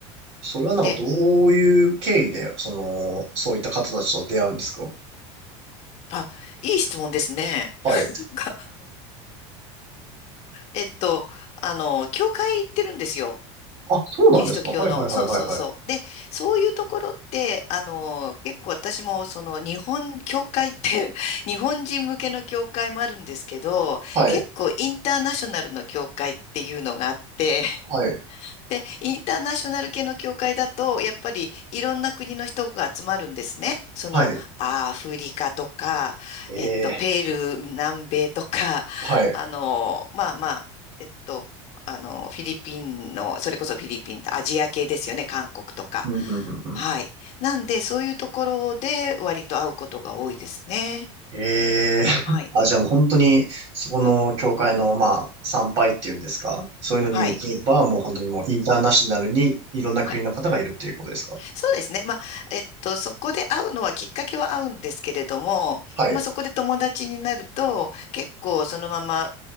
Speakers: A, on the right; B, on the left.
A: それはなんかどういう経緯で、
B: で、
A: その、そういった方たちと出会うんですか
B: あ、いい質問ですね。
A: はい。
B: がえっと、あの、教会行ってるんですよ。
A: あ、そうなんですか。
B: キリスト教の、
A: はい、はい、はい、
B: そうそうそう。
A: はい、はい。
B: で、そういうところって、あの、結構私も、その、日本、教会って <laughs> 日本人向けの教会もあるんですけど、
A: はい、
B: 結構インターナショナルの教会っていうのがあって、
A: はい、
B: で、インターナショナル系の教会だと、やっぱりいろんな国の人が集まるんですね。その、
A: はい。
B: アフリカとか、
A: ええ、
B: えっと、ペルー、南米とか、
A: はい。
B: <laughs> あの、まあまあ、えっと、あの、フィリピンの、それこそフィリピンとアジア系ですよね、韓国とか。
A: うんうんうんうん
B: はい。なんで、そういうところで割と会うことが多いですね。
A: ええ <laughs>
B: はい。
A: あ、じゃあもう本当に、そこの教会の、まあ、参拝っていうんですかそういうのに行けば、
B: はい。
A: もう本当にもうインターナショナルにいろんな国の方がいるっていうことですか
B: はいそうですね。まあ、えっと、そこで会うのはきっかけは合うんですけれども、
A: はい。
B: まあ、そこで友達になると、結構そのまま、